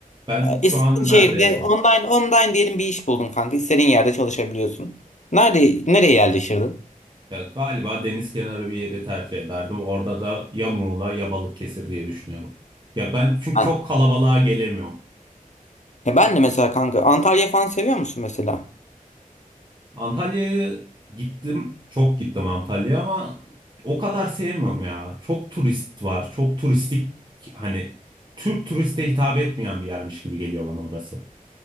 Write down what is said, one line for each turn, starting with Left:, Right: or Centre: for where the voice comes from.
Right: Ben
Left: Ee,
Right: şu
Left: İstediğin
Right: an nerede
Left: şehirde
Right: yaşıyorum?
Left: online online diyelim bir iş buldun kanka. İstediğin yerde çalışabiliyorsun. Nerede nereye yerleşirdin?
Right: Ya galiba deniz kenarı bir yeri tercih ederdim. Orada da ya Muğla ya Balıkesir diye düşünüyorum. Ya ben çünkü
Left: Ha.
Right: çok kalabalığa gelemiyorum.
Left: Ya ben de mesela kanka Antalya falan seviyor musun mesela?
Right: Antalya'ya gittim. Çok gittim Antalya'ya ama o kadar sevmiyorum ya. Çok turist var. Çok turistik hani Türk turiste hitap etmeyen bir yermiş gibi geliyor bana orası.